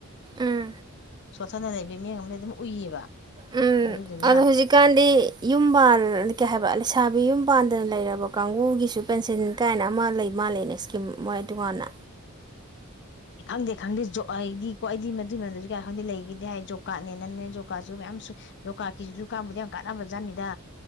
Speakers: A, on the right; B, on the left.
A: ꯎꯝ
B: ꯁꯣꯠꯊꯅ ꯂꯩꯕꯒꯤ ꯃꯤꯠꯌꯦꯡ ꯑꯃꯗꯤ ꯑꯗꯨꯝ ꯎꯏꯌꯦꯕ
A: ꯎꯝ
B: ꯑꯗꯨꯗꯨꯅ
A: ꯑꯗꯣ ꯍꯧꯖꯤꯛꯀꯥꯟꯗꯤ ꯌꯨꯝ ꯄꯥꯟ ꯀꯩ ꯍꯥꯏꯕ ꯂꯩꯁꯥꯕꯤ ꯌꯨꯝ ꯄꯥꯟꯗꯅ ꯂꯩꯔꯕ ꯀꯥꯡꯕꯨꯒꯤꯁꯨ ꯄꯦꯟꯁꯤꯟ ꯀꯥꯏꯅ ꯑꯃ ꯂꯩ ꯃꯥꯜꯂꯦꯅꯦ ꯏꯁꯀꯤꯝ ꯃꯣꯏ ꯀꯥꯟꯅ
B: ꯑꯦ ꯑꯃ ꯈꯪꯗꯦ ꯍꯥꯏꯗꯤ ꯀꯣ ꯑꯩꯗꯤ ꯃꯗꯨ ꯃꯗꯨꯗꯤ ꯀꯥꯏ ꯈꯪꯗꯦ ꯂꯩꯈꯤꯗꯦ ꯍꯥꯏ ꯣꯕ ꯀꯥꯔꯗꯅꯦꯅꯦ ꯖꯣꯕ ꯀꯥꯔꯠꯁꯨ ꯃꯌꯥꯝ ꯂꯣꯀꯥꯀꯤꯁꯤꯁꯨ ꯀꯥꯝꯕꯗ ꯌꯥꯝ ꯀꯥꯟꯅꯕꯖꯥꯠꯅꯤꯗ